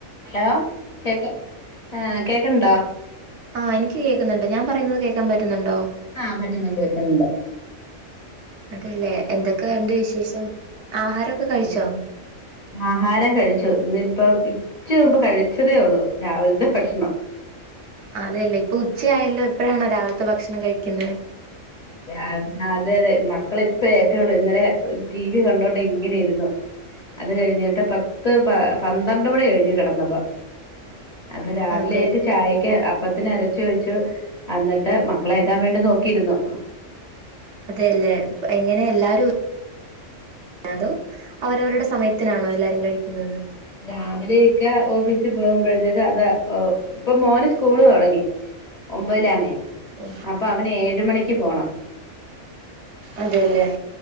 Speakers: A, on the left; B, on the right.
A: Hello കേക്ക് ആഹ് കേക്കൺണ്ടോ
B: ആഹ് എനിക്ക് കേൾക്കുന്നുണ്ട് ഞാൻ പറയുന്നത് കേക്കാൻ പറ്റുന്നുണ്ടോ
A: ആഹ് പറ്റുന്നുണ്ട് പറ്റുന്നുണ്ട്
B: അതെല്ലേ എന്തൊക്കെ ഒണ്ട് വിശേഷം ആഹാരൊക്കെ
A: പിന്നെ
B: കഴിച്ചോ
A: ആഹാരം കഴിച്ചു ഇന്നിപ്പം ഇപ് ഇച്ചിരി മുമ്പ് കഴിച്ചതേ ഒള്ളു രാവിലത്തെ ഭക്ഷ്ണം
B: അതേയല്ലേ ഇപ്പൊ ഉച്ചയായല്ലോ ഇപ്പഴാണോ രാവിലത്തെ ഭക്ഷണം കഴിക്കുന്നേ
A: ആഹ് അതെ അതെ മക്കള്പ്പ ഏറ്റേള്ളു ഇന്നലെ എഹ് ടി വി കണ്ടൊണ്ട്ങ്ങനിരുന്നു അത് കഴിഞ്ഞിട്ട് പത്ത് പ പന്ത്രണ്ട് മണി കഴിഞ്ഞു കെടന്നപ്പോ അപ്പ രാവിലേറ്റ്
B: അതെ
A: ചായക്ക് അപ്പത്തിന് അരച്ചു വെച്ചു അന്നിട്ട് മക്കളേറ്റാൻ വേണ്ടി നോക്കിയിരുന്നു
B: അതേല്ലേ എങ്ങനെ എല്ലാരും <unintelligible> അതോ അവരവരുടെ സ സമയത്തിനാണോ എല്ലാരും കഴിക്കുന്നത്
A: രാവിലെക്കേ ഓഫീസിൽ പോകുമ്പോഴത്തേക്കതാ ഓഹ് ഇപ്പം മോന് സ്കൂള് തൊടങ്ങി ഒമ്പതിലാണേ
B: ഓ
A: അപ്പം അവന് ഏഴ് മണിക്ക് പോണം
B: അതേല്ലെ